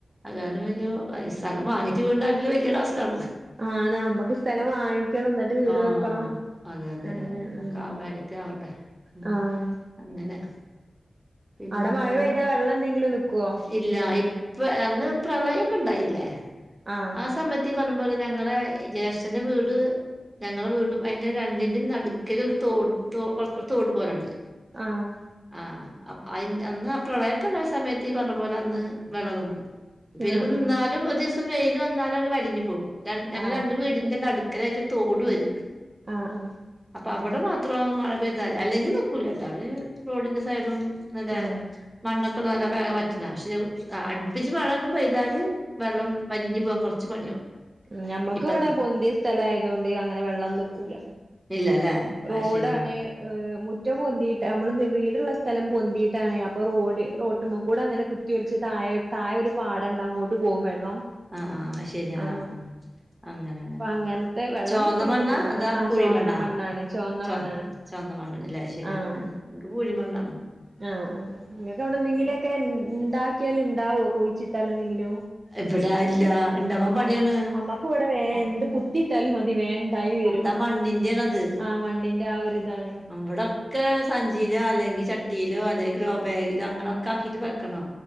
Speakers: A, on the right (about 15°); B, on the right (about 50°).
A: അത് കാരണം വല്യ കൊഴ സ്ഥലം വാങ്ങിട്ട് വീട്ണ്ടാക്കല് വലിയ ടാസ്ക്ണ്
B: ആണ് അമ്മക്ക് സ്ഥലമായി ക്കണം ന്നട്ട് വീട്
A: ആഹ്
B: വെക്കണം
A: അതെ അതെ
B: അങ്ങനെ ഉം
A: ഒക്കെ ആ വേഗത്തി ആവട്ടെ ഉം
B: ആഹ്
A: അങ്ങനെ പിന്നെന്താ
B: അടെ മഴ പെയ്താ വെള്ളഎന്തെങ്കിലും നിക്കുവോ
A: ഇല്ല ഇപ്പ അന്ന് പ്രളയോക്കെ ണ്ടായില്ലേ
B: ആഹ്
A: ആ സമയത്ത് ത്തി പറഞ്ഞ പോലെ ഞങ്ങളെ ജേഷ്ഠന്റെ വീട് ഞങ്ങളെ വീടും അയിന്റെ രണ്ടിന്റെ നടുക്കൽ ഒരു തോടും തോ കൊർഒരു തോട് പോലെണ്ട്
B: ആഹ്
A: ആഹ് അപ്പ് അന്ന് ആ പ്രളയൊക്കെ ഉണ്ടായ സമയത്ത് ഈ പറഞ്ഞ പോലെ അന്ന് വെള്ളം നിന്ന് പിന്നെ
B: ആഹ്
A: ഇപ്പം നിന്നാലും ഒരു ദിവസം വെയില് വന്നാലും അട് വലിഞ് പോവും ഞങ്ങള്
B: ആഹ് ആഹ്
A: രണ്ട് വീടിന്റെ നടുക്കലായിട്ട് തോടുവരുണ്ട്
B: ആഹ് ആഹ്
A: അപ്പൊ അവിടെ മാത്രം മഴ പെയ്താല് അല്ലെങ്കി നിക്കൂല കേട്ടോ അവ റോഡിന്റെ സൈഡും നല്ല
B: ആഹ്
A: മണ്ണൊക്കെള്ള നല്ല ബേഗ് പറ്റുന്ന പക്ഷെ അടുപ്പിച്ച് മഴൊക്കെ പെയ്താല് വെള്ളം വലിഞ്ഞ് പോവാൻ കുറച്ച് പണിയാവും
B: ഉം നമ്മക്ക്
A: ഇപ്പ
B: ഇവിടെ പൊന്തിയ സ്ഥലായതുകൊണ്ട് അങ്ങനെ വെള്ളം നിക്കൂല
A: ഇല്ലല്ലേ
B: റോഡാണ്
A: അത് ശരി ആഹ്
B: ഹ് മുറ്റം പൊന്തിയിട്ട് നമ്മള് വീടുള്ള സ്ഥലം പൊന്തിയിട്ടാണ് അപ്പൊ റോഡ് റോട്ടുമ്മ കൂടെ അങ്ങനെ കു കുതിയൊലിച്ച് താഴെ താഴെ ഒരു പാടണ്ട് അങ്ങോട്ട് പോകും വെള്ളം
A: ആഹ് ആഹ് ശരിയാ
B: ആഹ്
A: അങ്ങനെ അങ്ങനെ
B: അപ്പൊ അങ്ങനത്തെ വെള്ളം
A: ചുവന്തമണ്ണാ
B: നിക്കണ ബുദ്ധിമുട്ട്
A: അതാ
B: ആഹ്
A: പുഴിമണ്ണാ
B: ചുവന്ന മണ്ണാണ് ചുവന്ന
A: ച
B: മണ്ണാണ്
A: ചോന്ത മണ്ണല്ലേ ശെരിയാണ്
B: ആഹ്
A: എനിക്ക് പൂഴിമണ്ണാണ്
B: ആഹ് ആഹ് നിങ്ങക്ക് അവിടെ എന്തെങ്കിലുമൊക്കെ ഉണ്ടാക്കിയാല് ണ്ടാവോ കോഴിച്ചിട്ടാൽ എന്തെങ്കിലോ
A: ഇവിടെ ഇല്ല ഇണ്ടാവാൻ പണിയാണ്
B: ആഹ് നമ്മക്ക് ഇവിടെ വേ എന്ത് കു ത്തിട്ടാൽ മതി വേണ്ടായി വരും
A: മണ്ണിന്റിയാണത്
B: ആഹ് മണ്ണിന്റെ ആ ഒരുരിതാണ്
A: അവിടൊക്കെ സഞ്ചിയിലോ അല്ലെങ്കി ചട്ടിയിലോ അല്ലെങ്കി ഗോബാഗിലോ അങ്ങനെ ഒക്കെ ആക്കിട്ട് വെക്കണോ